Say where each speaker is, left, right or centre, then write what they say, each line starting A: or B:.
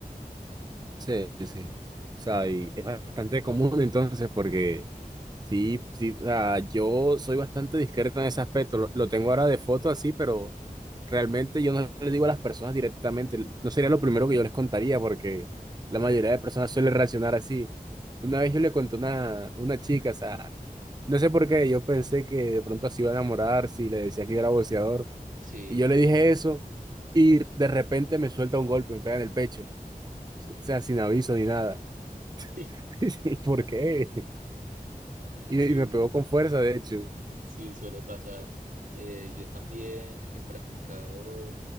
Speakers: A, on the right; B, on the right.
A: sí, sí. O sea, y es bastante común entonces porque Sí, sí, o sea, yo soy bastante discreto en ese aspecto. Lo, lo tengo ahora de foto así, pero realmente yo no les digo a las personas directamente. No sería lo primero que yo les contaría, porque la mayoría de personas suele reaccionar así. Una vez yo le conté a una, una chica, o sea, no sé por qué, yo pensé que de pronto así iba a enamorar si le decía que yo era boxeador.
B: Sí,
A: Y yo le
B: ajá.
A: dije
B: <laughs>
A: eso, y de repente me suelta un golpe, me pega en el pecho. O sea, sin aviso ni nada.
B: Sí,
A: <laughs> ¿Por qué? Y,
B: sí,
A: y me pegó con
B: sí.
A: fuerza, de hecho.
B: Sí, suele pasar. Eh, yo también he practicado